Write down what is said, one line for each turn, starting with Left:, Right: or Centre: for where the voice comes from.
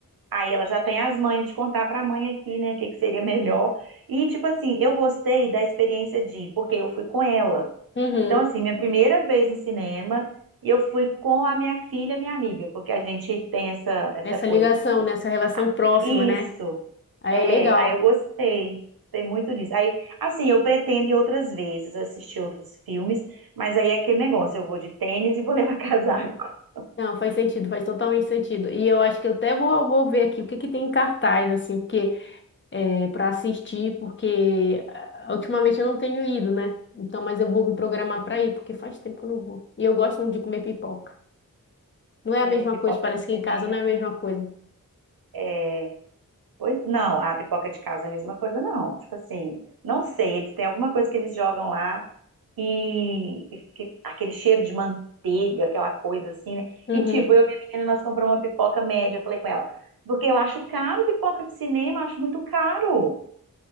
Right: Aí ela já tem as manhas de contar para a mãe aqui, né, o que que seria melhor. E, tipo assim, eu gostei da experiência de ir, porque eu fui com ela.
Left: Uhum.
Right: Então, assim, minha primeira vez no cinema, e eu fui com a minha filha, minha amiga, porque a gente tem essa, essa
Left: Essa
Right: coisa.
Left: ligação, né? Essa relação
Right: Ah,
Left: próxima,
Right: Isso.
Left: né? Aí
Right: É,
Left: É legal.
Right: aí eu gostei. Gostei muito disso. Aí, assim, eu pretendo ir outras vezes, assistir outros filmes, mas aí é aquele negócio, eu vou de tênis e vou levar <laughs> casaco.
Left: Não, faz sentido, faz totalmente sentido. E eu acho que eu até vou, vou ver aqui o que que tem em cartaz, assim, porque para assistir, porque ah, ultimamente eu não tenho ido, né? Então, mas eu vou me programar para ir, porque faz tempo que eu não vou. E eu gosto muito de comer pipoca. Não é
Right: É,
Left: a mesma
Right: pipoca
Left: coisa, parece
Right: de
Left: que
Right: cinema.
Left: em casa não é a mesma coisa.
Right: É, Pois não, a pipoca de casa é a mesma coisa, não. Tipo assim, não sei, eles têm alguma coisa que eles jogam lá e que- que- aquele cheiro de manteiga, aquela coisa assim, né?
Left: Uhum.
Right: E tipo, eu e minha menina, nós compramos uma pipoca média. Eu falei com ela, porque eu acho caro pipoca de cinema, acho muito caro.